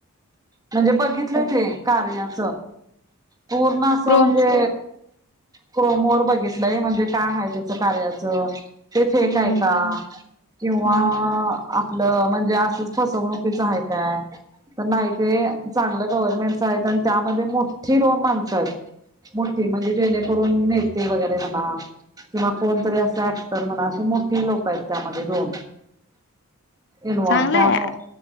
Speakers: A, on the right; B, on the left.
A: म्हणजे बघितलंय ते कार्यच पूर्ण असं
B: क्रोम
A: म्हणजे क्रोमवर बघितलंय म्हणजे काय हा हाय त्याचे कार्याच ते फेक
B: हम्म
A: आहे का किंवा
B: हा
A: आपलं म्हणजे असंच फसवणुकीच आहे काय तर नाही ते चांगलं गव्हर्नमेंट कायदा त्यामध्ये मोठी दोन मागतात चा मोठी म्हणजे जेणेकरून नेते वगैरे म्हणा किंवा कोणतरी असं ऍक्टर म्हणा असे मोठीे लोक आहेत त्यामध्ये दोन इनवॉल
B: चांगलाय
A: त्यामो